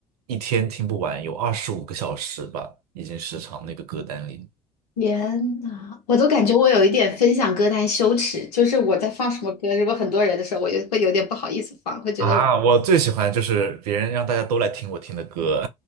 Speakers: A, on the right; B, on the left.
A: 一天听不完，有二十五个小时吧，已经时长那个歌单里。
B: 天呐，我都感觉我有一点分享歌单羞耻，就是我在放什么歌，如果很多人的时候，我也会有点不好意思放，会觉得我
A: 啊，我最喜欢就是别人让大家都来听我听的歌